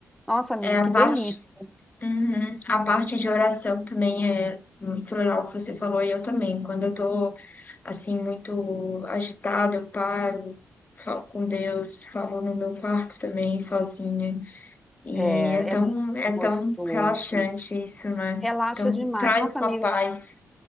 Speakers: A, in the centre; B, on the left.
A: Nossa, amiga,
B: É a
A: que
B: parte,
A: delícia.
B: uhum. A parte de oração também é muito legal que você falou, e eu também. Quando eu tô, assim, muito agitada, eu paro, falo com Deus, falo no meu quarto também, sozinha. E
A: É,
B: é tão,
A: é muito
B: é
A: gostoso.
B: tão relaxante isso, né?
A: Relaxa
B: Então
A: demais.
B: traz
A: Nossa,
B: uma
A: amiga,
B: paz.